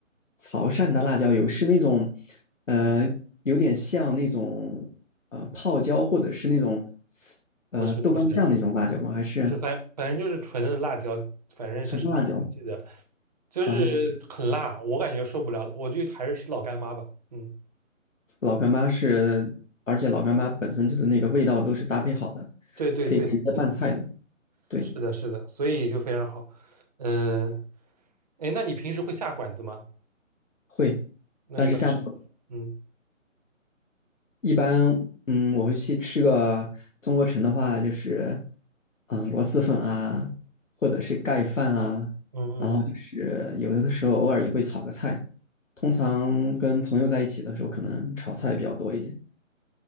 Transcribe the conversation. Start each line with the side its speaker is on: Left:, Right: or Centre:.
Left: 潮汕的辣椒油是那种，呃，有点像那种呃泡椒或者是那种呃豆瓣酱那种辣椒吗？
Right: 不是不是，
Left: 还是
Right: 不是，反反正就是纯的辣椒，反正它是离挺记的，
Left: 纯辣椒？
Right: 就是很辣，
Left: 啊、
Right: 我感觉受不了了，我就还是吃老干妈吧。嗯，
Left: 老干妈是，而且老干妈本身就是那个味道都是搭配好的，
Right: 对对对，
Left: 可以直接拌菜的。
Right: 肯定不行
Left: 对，
Right: 是的，是的，所以就非常好。嗯，哎，那你平时会下馆子吗？
Left: 会，
Right: 那一般吃，
Left: 但是下次
Right: 嗯
Left: 一般，嗯，我会去吃个中国城的话，就是，嗯、螺蛳粉啊，或者是盖饭啊，
Right: 嗯嗯
Left: 然后就是有的时候偶尔也会炒个菜，通常跟朋友在一起的时候，可能炒菜比较多一点。